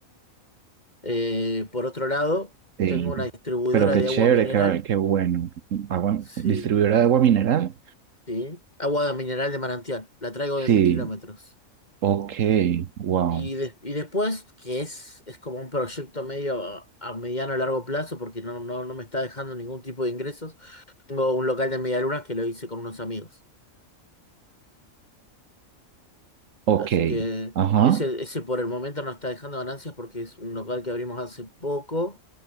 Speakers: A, on the left; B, on the right.
A: Eh, por otro lado,
B: Sí.
A: tengo una distribuidora
B: Pero qué
A: de
B: chévere,
A: agua mineral.
B: qué, qué bueno. Agua-
A: Sí,
B: distribuidora de agua mineral.
A: sí. Agua de mineral de manantial. La traigo
B: Sí.
A: de mil kilómetros.
B: Ok, wow.
A: Y, de- y después, que es, es como un proyecto medio a, a mediano a largo plazo, porque no, no, no me está dejando ningún tipo de ingresos, tengo un local de medialunas que lo hice con unos amigos.
B: Ok.
A: Así que
B: Ajá.
A: ese, ese por el momento no está dejando ganancias porque es un local que abrimos hace poco.